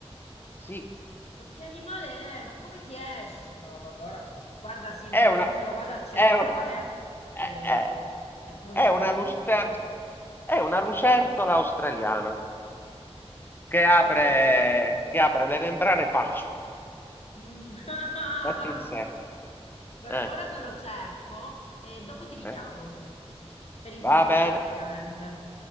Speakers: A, on the left (about 20°); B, on the left (about 70°).
A: Sì,
B: E che animale è? Ma come ti esce? No, vabbè, ora guarda Simo,
A: è
B: io
A: una...
B: ora me lo vado a cercare
A: È un... è-
B: eh,
A: è-
B: perché voglio
A: È
B: sapere
A: una
B: che
A: lucert-
B: animale è.
A: è una lucertola australiana che apre,
B: Vabbè.
A: che apre le membrane e fa
B: Mm. <laughs>
A: e ti insegue.
B: Vabbè,
A: Eh,
B: ora me lo cerco e dopo ti richiamo
A: eh.
B: per insultarti,
A: Va bene,
B: ovviamente.